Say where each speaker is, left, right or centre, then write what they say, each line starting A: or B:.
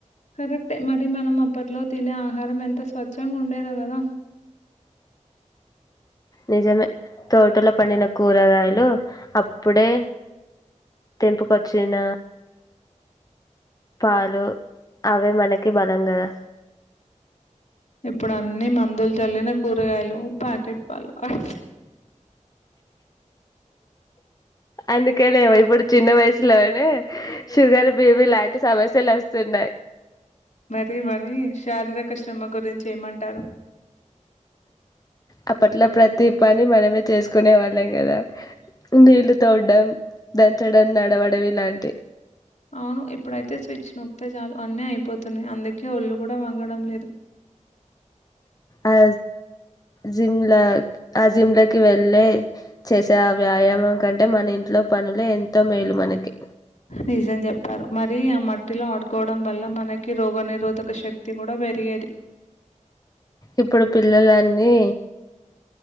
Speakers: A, on the left (about 65°); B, on the left (about 30°).
A: కరెక్ట్టె మరి మనం అప్పట్లో తినే ఆహారం ఎంత స్వచ్ఛంగా ఉండేదో కదా
B: నిజమే తోటలో పడిిన కూరగాయలు అప్పుడే తెంపూకొచ్చిన పాలు అవే మనకి బలం కదా
A: ఇప్పుడు అన్ని మందులు చల్లిన కూరగాయలు పా్యాకెట్ పాలు వాడ
B: అందుకలి ఇప్పుడు చిన్న వయసు లోనే షుగర్ బి పి లాంటి సమస్యలు వ చెన్నై
A: మరి మనీ శారీరక శ్రమ గురించి ఏమంటారు
B: అప్పట్లో ప్రతి పని మనమే చేసుకునే వాళ్ళం కదా ఇంగ ఇల్లు తొడం దంచడం నడవడం ఇలాంటి
A: అవును ఇప్పుడైతే స్విచ్ నొక్తే చాలు అనీ అయిపోతున్నాయి అందుకే ఒళ్లుు కూడా వంగడం లేదు
B: ఆ జిమ్ల ఆ జిమ్లకి వెళ్ళే చేసే ఆ వ్యాయామం దుకంటే మన ఇంట్లో పనులే ఎంతో మేలు మనకి
A: నిజం చెప్పారు మరి ఆ మట్టిలో ఆడుకోవడం వల్ల మనకి రోగనిరోధక శక్తి కూడా పెరిగేది
B: ఇప్పుడు పిల్లలన్నీ